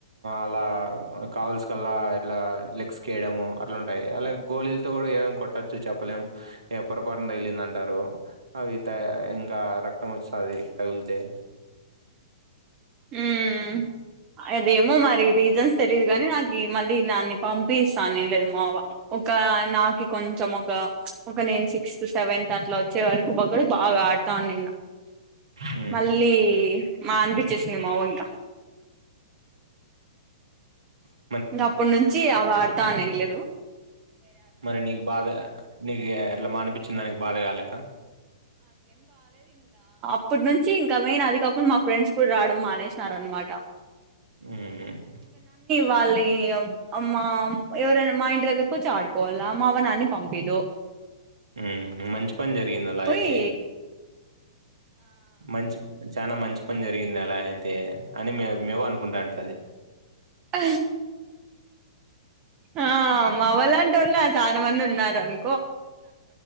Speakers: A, on the right (about 70°); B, on the right (about 30°).
A: అలా కావాల్స్ కల్లా ఇలా లెగ్స్ కేయడము అట్లాంటాయి అలాగే గోళలతో కూడా ఏమైనా కొట్టొచ్చు చెప్పలేము ఎప్పురి పారన తగిలింది అంటారు అవి ఇంకా రక్తం వస్తుంది తగులు తె
B: ఉమ్ అదేమో మరి రీజన్స్ తెలియదు గానీ నాకి మలీ నా పంపిీసాని లేదు మావా ఒక నాకి కొంచం ఒక ఒక నేను సిక్స్త్ సెవెన్త్ అట్లా వచ్చే వరకు ఒకడు బా ఆడ్ తానిన్న
A: హ్మ్.
B: మళ్ళీ మానిపించేసింది మావ ఇంకా
A: హమ్
B: ఇంక అప్పటి నుంచి ఆ వాడతా అనిం లేదు
A: మరి నీకు బాధ నీకు ఎట్లా మానిపించింద దానికి బాధ కాలేదా
B: ప్పటి నుంచి ఇంకా మేయిన్ అది కాకుండా మా ఫ్రెండ్స్ కూడా రాడం మానేసినార అనమాట
A: హమ్
B: వాలీ అమ్మా ఎవరన్న మా ఇం దగ్గర వచ్చి ఆడుకోవాల మా అవ నాన్నీ పంపిదు
A: ఉ మంచి పని జరిగింది అలా అయి
B: హే
A: మంచి చాలా మంచి పని జరిగింది అలా అయి తే అని మి మేము అనుకుంటాంట అదే
B: అ ఆ మవలాంటొలే చాలా మంది ఉన్నారని